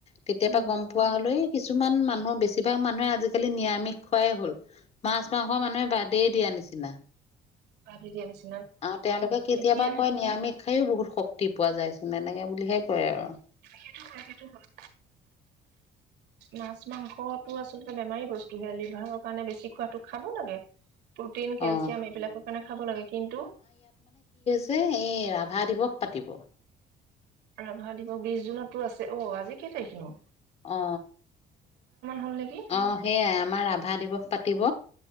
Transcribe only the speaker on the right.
উম
<unintelligible>
এতিয়া
সেইটো হয়, সেইটো হয়, মাছ মাংসটো আচলতে বেমাৰী বস্তু হে লিভাৰৰ কাৰণে বেছি খোৱাটো, খাব লাগে। প্ৰটিন, কেলচিয়াম
এইবিলাকৰ কাৰণে খাব লাগে, কিন্তু
ৰাভা দিৱস বিশ জুনতো আছে, অ আজি কেই তাৰিখ নো?
হ'ল নেকি